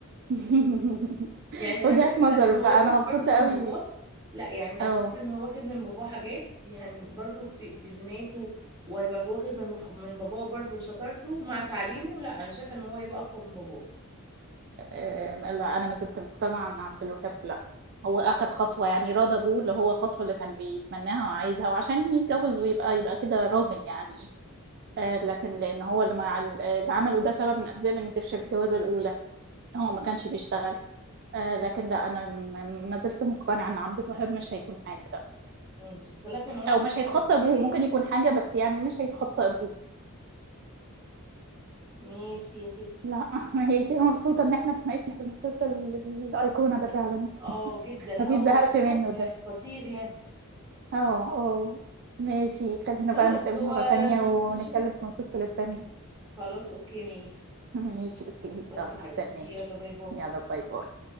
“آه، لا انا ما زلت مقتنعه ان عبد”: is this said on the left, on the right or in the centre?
Right